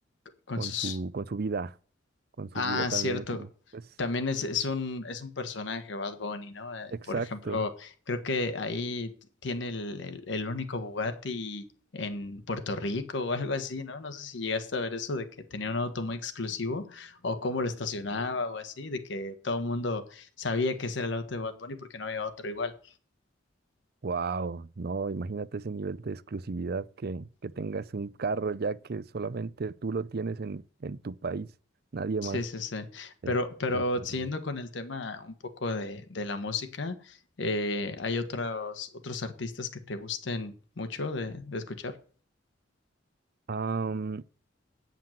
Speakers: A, on the left (about 65°); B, on the right (about 55°).
A: con
B: con
A: sus
B: su, con su vida, con su
A: Ah,
B: vida también,
A: cierto.
B: pues,
A: También es, es un, es un personaje Bad Bunny, ¿no? Eh,
B: exacto.
A: por ejemplo, creo que ahí t- tiene el, el, el único Bugatti en Puerto Rico o algo así, ¿no? No sé si llegaste a ver eso de que tenía un auto muy exclusivo o cómo lo estacionaba o así, de que todo el mundo sabía que ese era el auto de Bad Bunny porque no había otro igual.
B: Wow, no, imagínate ese nivel de exclusividad que, que tengas un carro ya que solamente tú lo tienes en, en tu país, nadie
A: Sí,
B: más.
A: sí, sí.
B: Es
A: Pero, pero
B: increíble.
A: siguiendo con el tema un poco de, de la música, eh, ¿hay otros, otros artistas que te gusten mucho de, de escuchar?
B: Am,